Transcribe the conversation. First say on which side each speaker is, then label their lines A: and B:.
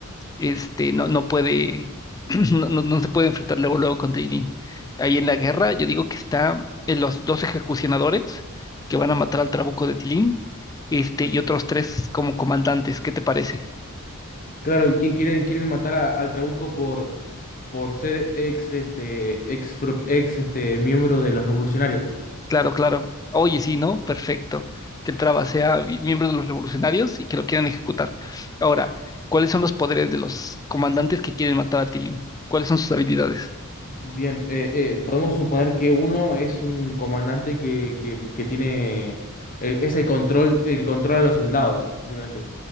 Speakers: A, on the left; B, on the left.
A: este, no, no puede, <clears throat> no, no- no se puede enfrentar luego, luego con Tilín. Ahí en la guerra, yo digo que está en los dos ejecucionadores que van a matar al trabuco de Tilín, este, y otros tres como comandantes. ¿Qué te parece?
B: Claro, y que quieren, quieren matar a- al trabuco por, por ser ex, este, ex, pro- ex este, miembro de los revolucionarios.
A: Claro, claro. Oye, sí, ¿no? Perfecto. Que el Traba sea vi- miembro de los revolucionarios y que lo quieran ejecutar. Ahora, ¿cuáles son los poderes de los comandantes que quieren matar a Tilín? ¿Cuáles son sus habilidades?
B: Bien, eh, eh, podemos suponer que uno es un comandante que, que- que tiene, eh, es el control, el control a los soldados, básicamente.